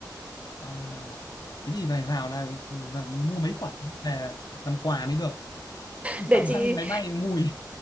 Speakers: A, on the left; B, on the right.
A: À, thế thì phải vào là và mua mấy quả về làm quà mới được. <laughs>
B: <laughs> để
A: Sợ mang
B: chị
A: lên máy bay mùi.